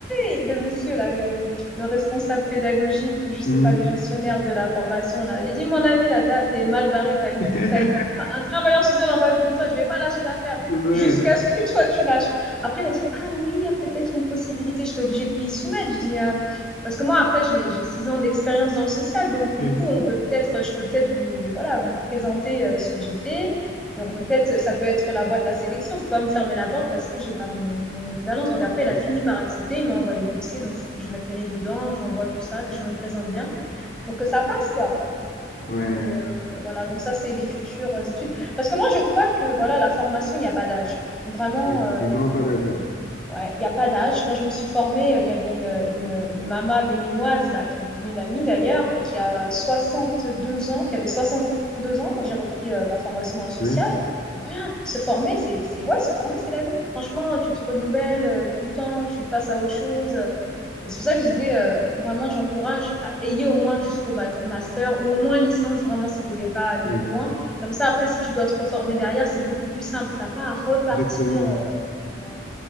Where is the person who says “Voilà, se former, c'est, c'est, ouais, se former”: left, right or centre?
Centre